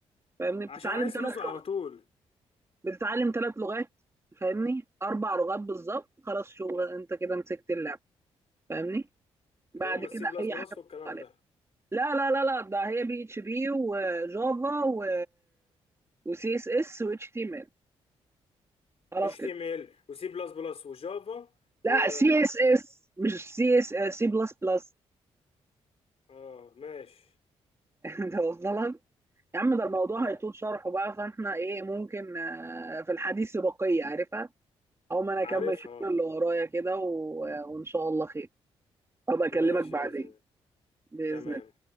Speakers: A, on the right; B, on the left.
A: فاهمني بتتعلم
B: عشان عايز
A: ثلاث
B: فلوسه على
A: لغات
B: طول
A: بتتعلم ثلاث لغات فاهمني اربع لغات بالظبط خلاص شغل انت كده مسكت اللعب فاهمني بعد
B: اللي هم
A: كده
B: السي بلس
A: اي
B: بلس
A: حاجه بتحط
B: والكلام
A: عليها
B: ده
A: لا لا لا لا ده هي بي اتش بي وجافا و وسي اس اس واتش تي ام ال خلاص
B: اتش
A: كده
B: تي ام ال وسي بلس بلس وجافا و
A: لا سي اس اس مش سي اس سي بلس بلس
B: اه ماشي
A: <laughs> انت واصله لك يا عم ده الموضوع
B: اه
A: هيطول شرحه بقى فاحنا ايه ممكن آه، في الحديث بقية عارفها او ما انا اكمل
B: عارفها
A: شغل
B: آه،
A: اللي ورايا كده و... وان شاء الله خير ابقى اكلمك
B: ماشي
A: بعدين
B: باذن الله
A: بإذن
B: تمام